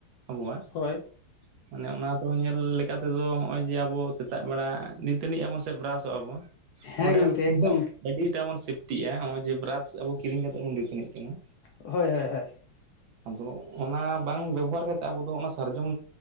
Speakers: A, on the right; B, on the left.
A: ᱟᱵᱚᱣᱟᱜ
B: ᱦᱳᱭ
A: ᱢᱟᱱᱮ ᱚᱱᱟ ᱫᱚ ᱧᱮᱞ ᱞᱮᱠᱟ ᱛᱮᱫᱚ ᱦᱚᱜᱼᱚᱭ ᱡᱮ ᱟᱵᱚ ᱥᱮᱛᱟᱜ ᱵᱮᱲᱟ ᱫᱟᱹᱛᱟᱹᱱᱤ ᱟᱵᱚᱱ ᱥᱮ ᱵᱨᱟᱥᱚᱜ ᱟᱵᱚᱱ
B: ᱦᱮᱸ
A: ᱚᱸᱰᱮ
B: ᱜᱚᱝᱠᱮ
A: <unintelligible>
B: ᱮᱠᱫᱚᱢ
A: ᱟᱹᱰᱤ ᱴᱟᱜ ᱵᱚᱱ ᱥᱮᱯᱴᱤᱜᱼᱟ ᱦᱚᱜ ᱚᱭ ᱡᱮ ᱵᱮᱨᱟᱥ ᱟᱵᱚ ᱠᱤᱨᱤᱧ ᱠᱟᱛᱮ ᱵᱚᱱ ᱫᱟᱹᱛᱟᱹᱱᱤᱜ ᱠᱟᱱᱟ ᱾
B: ᱦᱳᱭ ᱦᱳᱭ ᱦᱳᱭ ᱾
A: ᱟᱫᱚ ᱚᱱᱟ ᱵᱟᱝ ᱵᱮᱵᱚᱦᱟᱨ ᱠᱟᱛᱮᱫ ᱟᱵᱚ ᱫᱚ ᱚᱱᱟ ᱥᱟᱨᱡᱚᱢ